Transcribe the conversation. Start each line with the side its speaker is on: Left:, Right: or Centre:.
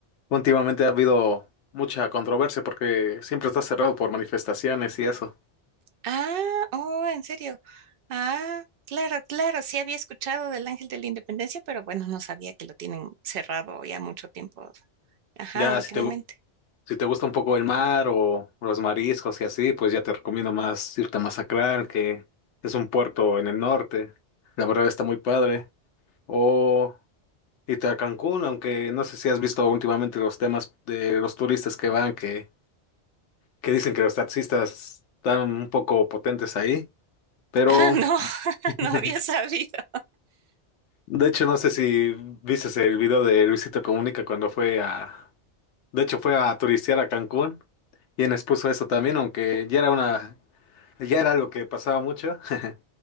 Left: últimamente ha habido mucha controversia porque siempre está cerrado por manifestaciones y eso.
Right: Ah, oh, en serio. Ah, claro, claro. Sí había escuchado del Ángel de la Independencia, pero bueno, no sabía que lo tienen cerrado ya mucho tiempo. Ajá,
Left: Ya
Right: últimamente.
Left: si te, gu- si te gusta un poco el mar o los mariscos y así, pues ya te recomiendo más irte a Masacral, que es un puerto en el norte. La verdad está muy padre. O irte a Cancún, aunque no sé si has visto últimamente los temas de los turistas que van, que que dicen que los taxistas están un poco potentes ahí, pero
Right: Ah, no, <laughs>
Left: <laughs>
Right: no había sabido.
Left: de hecho no sé si viste el video de Luisito Comunica cuando fue a, de hecho fue a turistear a Cancún y en expuso eso también, aunque ya era una, ya era lo que pasaba mucho, <laughs>